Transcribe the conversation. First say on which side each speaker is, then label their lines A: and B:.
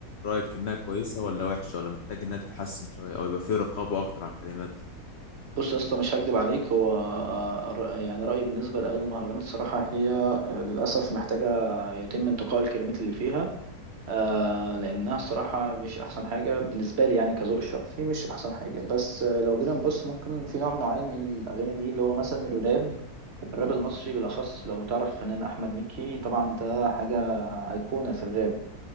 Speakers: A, on the left (about 60°); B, on the right (about 45°).
A: رايك انها كويسه ولا وحشه ولا محتاج انها تتحسن شويه او يبقى في رقابه اكتر على الكلمات
B: بص يا اسطى مش هكدب عليك هو آه، الر- يعني رأيي بالنسبة لأغاني المهرجانات الصراحة هي آه، للأسف محتاجة يتم انتقاء الكلمات اللي فيها آه لأنها الصراحة مش أحسن حاجة بالنسبة لي يعني كذوق الشخصي مش أحسن حاجة بس آه لو جينا نبص ممكن في نوع معين من الأغاني دي اللي هو مثلا الراب الراب المصري بالأخص لو تعرف فنان أحمد مكي طبعا ده حاجة أيقونة في الراب